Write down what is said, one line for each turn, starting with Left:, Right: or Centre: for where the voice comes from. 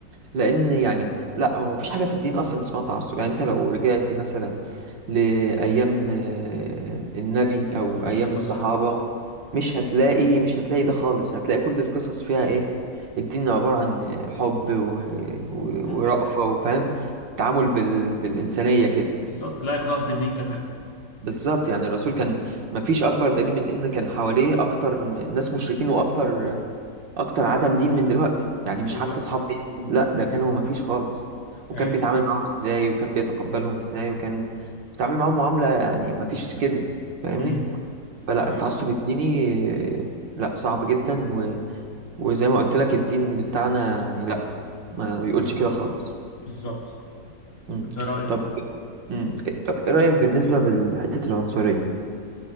Right: لان يعني لا هو مفيش حاجة في الدين اصلا اسمها تعصب يعني انت لو رجعت مثلا لأيام آه، النبي او
Left: عليه
Right: ايام
Left: الصلاة
Right: الصحابة
Left: والسلام
Right: مش هتلاقي مش هتلاقي ده خالص هتلاقي كل القصص فيها ايه الدين عبارة عن حب و... و...
Left: أي
Right: ورأفة وفاهم تعامل بال... بالإنسانية كده
Left: بالظبط لا إكراه في الدين كمان
Right: بالظبط يعني الرسول كان مفيش اكبر دليل من ان كان حواليه اكتر م- ناس مشركين واكتر اكتر عدم دين من دلوقتي يعني مش
Left: بالظبط
Right: حتى اصحاب بيت. لا ده كانوا مفيش خالص وكان
Left: أي
Right: بيتعامل معاهم ازاي وكان بيتقبلهم ازاي وكان بيتعامل معاهم معاملة يعني مفيش كده فاهمني
Left: امم
Right: فلا
Left: أي
Right: التعصب الديني آه، لا صعب جدا و... وزي ما قلت لك الدين بتاعنا يعني لا ما بيقولش كده خالص
Left: بالظبط
Right: مم.
Left: ده رأيي
Right: طب
Left: برضه
Right: مم. إيه، طب ايه رأيك بالنسبة لحتة العنصرية